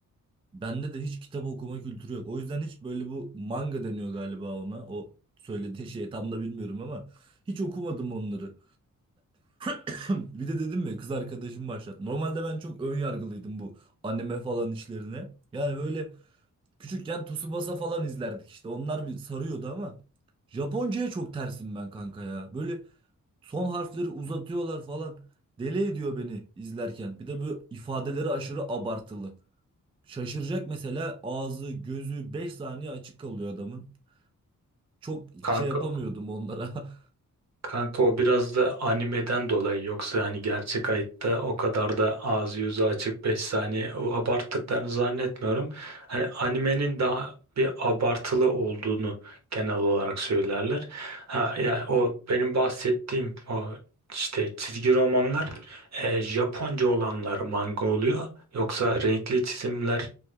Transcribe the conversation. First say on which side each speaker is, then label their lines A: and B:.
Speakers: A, on the right; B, on the right.
A: Bende de hiç kitap okuma kültürü yok. O yüzden hiç böyle bu manga deniyor galiba ona. O söylediği şey tam da bilmiyorum ama hiç okumadım onları. <laughs> Bir de dedim mi kız arkadaşım başlattı. Normalde ben çok ön yargılıydım bu anime falan işlerine. Yani böyle küçükken Tsubasa falan izlerdik işte. Onlar bir sarıyordu ama Japonca'ya çok tersim ben kanka ya. Böyle son harfleri uzatıyorlar falan. Deli ediyor beni izlerken. Bir de bu ifadeleri aşırı abartılı. Şaşıracak mesela ağzı, gözü 5 saniye açık kalıyor adamın. Çok
B: Kanka
A: şey yapamıyordum onlara.
B: Kanka o biraz da animeden dolayı yoksa hani gerçek hayatta o kadar da ağzı yüzü açık 5 saniye o abarttıklarını zannetmiyorum. Hani animenin daha bir abartılı olduğunu genel olarak söylerler. Ha yani o benim bahsettiğim o işte çizgi romanlar e, Japonca olanlar manga oluyor. Yoksa renkli çizimler